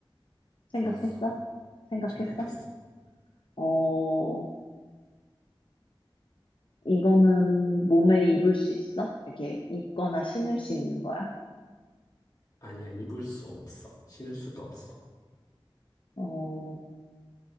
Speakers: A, on the left (about 65°); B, on the left (about 45°).
A: 생각했어?
B: 좋았어.
A: 생각했어?
B: 생각했어.
A: 어, 이거는 몸에 입을 수 있어? 이렇게 입거나 신을 수 있는 거야?
B: 아니야, 입을 수 없어. 신을 수도 없어.
A: 어,